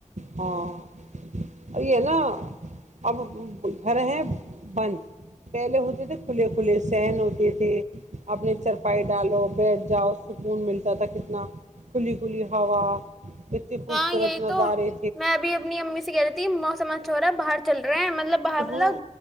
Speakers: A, on the right; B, in the centre.
A: ہاں یہ نا اب گھر ہیں بند پہلے ہوتے تھے کھلے کھلے سہن ہوتے تھے اپنے چرپائی ڈالو بیٹھ جاؤ سکون ملتا تھا کتنا کھلی کھلی ہوا کتتی خوبصورت
B: ہاں یہی
A: نظار
B: تو
A: ہے
B: میں اب اپنی امی سے کہہ رہی تھی موسم اچھا ہو رہا ہے باہر چل رہے ہیں مطلب باہر مطلب
A: ہوں